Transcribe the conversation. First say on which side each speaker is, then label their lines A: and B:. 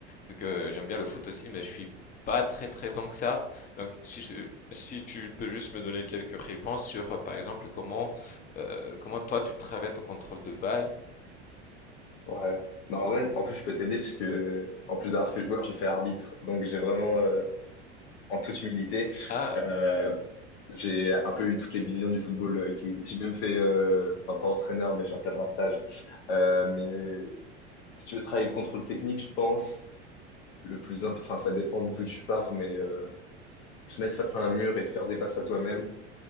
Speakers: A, on the left (about 25°); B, on the left (about 65°).
A: vu que j'aime bien le foot aussi, mais je suis pas très très bon que ça. Donc si je- si tu peux juste me donner quelques réponses sur, euh, par exemple, comment euh, comment toi tu travailles ton contrôle de balle.
B: Ouais. Bah, en vrai, en plus, je peux t'aider parce que en plus d'avoir fait joueur, j'ai fait arbitre, donc j'ai vraiment, euh, en toute humilité.
A: Ah,
B: Euh, J'ai un peu eu toutes les visions du football. euh, qui- existent. J'ai même fait, euh, enfin pas entraîneur, mais j'ai encadré un stage. Euh, mais si tu veux travailler contre le contrôle technique, je pense, le plus, imp- enfin ça dépend d'où tu pars, mais euh, se mettre face à un mur et te faire des passes à toi-même,